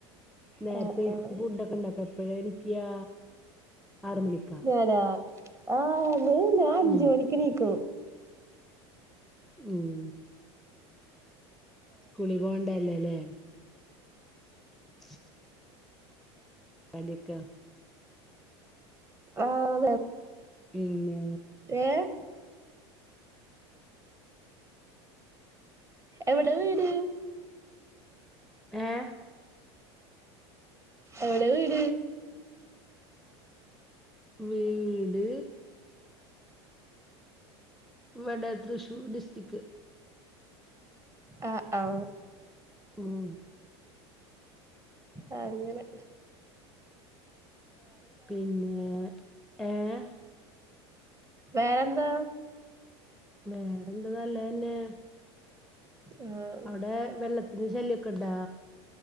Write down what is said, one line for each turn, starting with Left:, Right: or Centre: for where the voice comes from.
Centre: നേരത്തെ
Right: ആഹ് ആഹ്
Centre: കുട്ടിക്ക് ഫുഡ്‌ക്കെണ്ടാക്ക എപ്പഴണീക്കാ ആറ് മണിക്ക
Right: ഞാനോ ആണ് ഞാൻ അഞ്ച്
Centre: ഉം
Right: മണിക്ക് ണീക്കും.
Centre: ഉം സ്കൂളിൽ പോണ്ടല്ലലേ <inaudible> പണിക്ക
Right: ആതെ
Centre: പിന്നെ
Right: ഏഹ് എവിടെ വീട്
Centre: ഏഹ്
Right: എവിടെ വീട്
Centre: വീട് ഇവിടെ തൃശൂർ ഡിസ്ട്രിക്.
Right: അഹ് ഔ
Centre: ഉം
Right: ആഹ് ഇങ്ങനെ
Centre: പിന്നെ ഏഹ്
Right: വേറെന്താ?
Centre: വേറെന്ത ന്നല്ലെന്നെ.
Right: ആഹ്
Centre: ഔടെ വെള്ളത്തിന് ശല്യക്കെണ്ടാ?